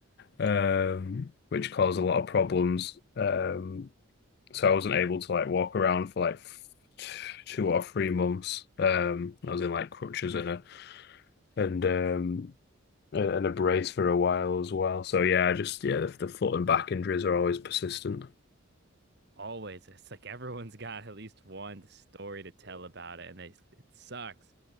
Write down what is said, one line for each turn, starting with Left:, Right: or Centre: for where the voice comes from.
Left: um, which caused a lot of problems. Um, so I wasn't able to like walk around for like f two or three months. Um, I was in like crutches and a and um and, and a brace for a while as well. So yeah, just yeah, the, the foot and back injuries are always persistent.
Right: Always. It's like everyone's got at least one story to tell about it, and they, it sucks